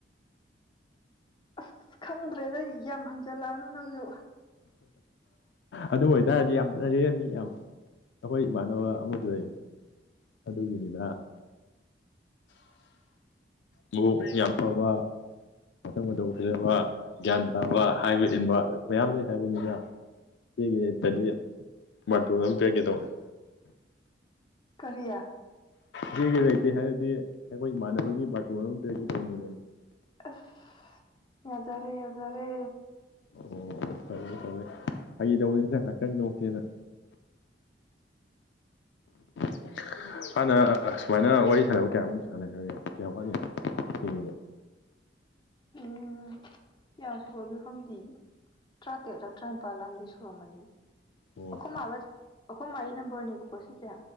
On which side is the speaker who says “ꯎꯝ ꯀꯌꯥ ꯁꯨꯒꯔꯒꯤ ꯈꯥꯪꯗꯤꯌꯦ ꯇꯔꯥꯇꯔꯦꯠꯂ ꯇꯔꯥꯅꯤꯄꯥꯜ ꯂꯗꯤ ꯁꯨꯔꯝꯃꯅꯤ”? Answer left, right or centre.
Left